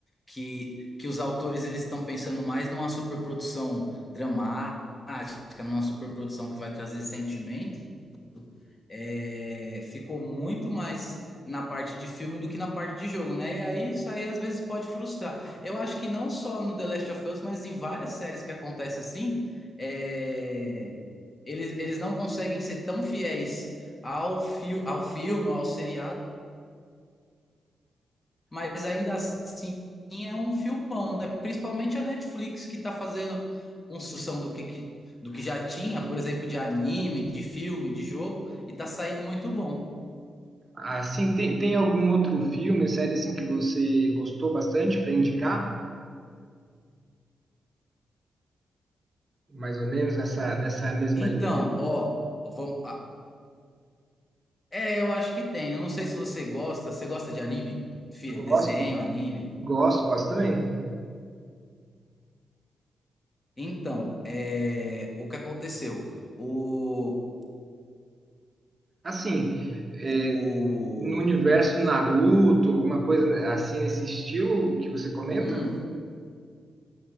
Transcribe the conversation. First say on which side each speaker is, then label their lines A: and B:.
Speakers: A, on the left (about 25°); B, on the right (about 35°).
A: que, que os autores eles estão pensando mais numa superprodução dramática, numa superprodução que vai trazer sentimento é, ficou muito mais na parte de filme do que na parte de jogo, né? E aí isso aí às vezes pode frustrar. Eu acho que não só no The Last of Us, mas em várias séries que acontece assim, é, eles, eles não conseguem ser tão fiéis ao, fi ao filme ou ao seriado, mas ainda assim é um filmão, né? Principalmente a Netflix que está fazendo uma sucção do que, que do que já tinha, por exemplo, de anime, de filme, de jogo, e está saindo muito bom.
B: Assim, tem, tem algum outro filme, série assim que você gostou bastante para indicar? Mais ou menos nessa, nessa mesma
A: Então,
B: linha?
A: ó, vamos. ah, é, eu acho que tem. Eu não sei se você gosta. Você gosta de anime? Fi-
B: Gosto,
A: Desenho, anime?
B: gosto, gosto também.
A: Então, é, o que aconteceu? O,
B: Assim, é,
A: o,
B: no universo
A: o,
B: Naruto,
A: o-
B: alguma coisa assim nesse estilo que você comenta?
A: hum,